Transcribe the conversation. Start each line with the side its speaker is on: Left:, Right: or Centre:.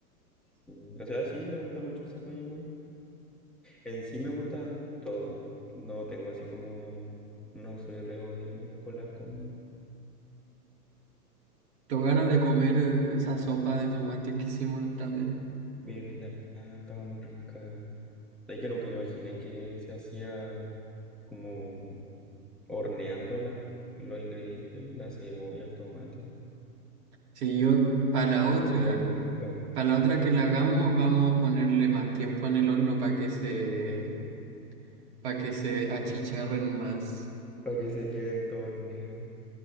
Centre: Sí. O sea, sí me gusta mucho el zapallo igual. En sí me gusta todo. No tengo así como... No soy re ni con las comidas.
Right: Tengo ganas de comer eh, esa sopa de tomate que hicimos la otra vez.
Centre: ¿Verdad? Estaba muy rica. Es que nunca imaginé que se hacía como horneando la- los ingredientes, la cebolla, el tomate.
Right: Si yo, para la otra,
Centre: Pero estaba muy rica.
Right: para la otra que la hagamos, vamos a ponerle más tiempo en el horno para que se, para que se achicharren más.
Centre: Para que se queden todos negros.